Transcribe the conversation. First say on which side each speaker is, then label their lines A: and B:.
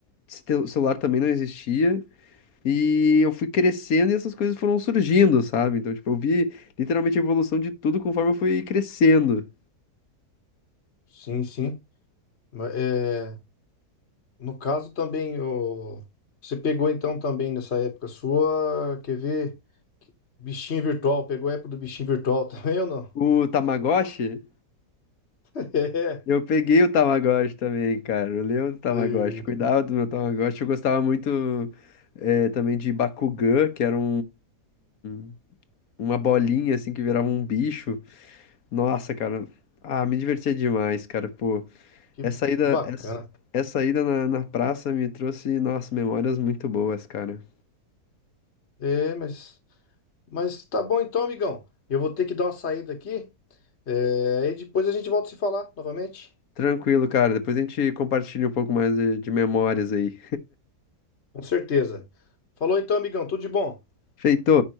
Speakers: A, on the left; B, on the left.
A: cel- celular também não existia. E eu fui crescendo e essas coisas foram surgindo, sabe? Então, tipo, eu vi literalmente a evolução de tudo conforme eu fui crescendo.
B: sim, sim. Mas, É, no caso também, o, você pegou então também nessa época sua, quer ver? que- Bichinho virtual, pegou a época do bichinho virtual <laughs> também ou não?
A: O Tamagotchi.
B: <laughs> É,
A: Eu peguei o Tamagotchi também, cara. Eu lembro do Tamagotchi.
B: Ei,
A: Cuidava do meu Tamagotchi. Eu gostava muito eh, também de Bakugan, que era um, um- uma bolinha assim que virava um bicho. Nossa, cara. Ah, me divertia demais, cara. Pô,
B: que
A: essa ida,
B: bacana.
A: essa, essa ida na, na praça me trouxe, nossa, memórias muito boas, cara.
B: É, mas, mas tá bom então, amigão. Eu vou ter que dar uma saída aqui. É, aí depois a gente volta a se falar novamente.
A: Tranquilo, cara. Depois a gente compartilha um pouco mais de, de memórias aí.
B: Com certeza. Falou então, amigão. Tudo de bom.
A: Feito!